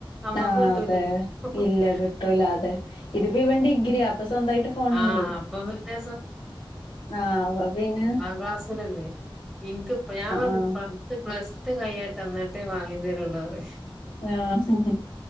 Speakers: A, in the centre; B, on the left (about 75°).
A: നമ്മക്ക്
B: ആഹ്
A: കിട്ടൂലല്ലോ
B: അതെ ഇല്ല കിട്ടൂല അതെ ഇതിപ്പൊ ഇവൻ ഡിഗ്രിയ അപ്പൊ സ്വന്തായിട്ട് ഫോണുണ്ട്
A: ആഹ് അപ്പൊ പിന്നെ
B: ആഹ് അപ്പ പിന്ന
A: ആ ക്ലാസ്സിലല്ലേ എനിക്ക് ഞാൻ
B: ആഹ്
A: പത്ത് പ്ലസ് ടു കയ്യട്ടെ എന്നിട്ടേ വാങ്ങി തരുള്ളു പറയും
B: ആഹ്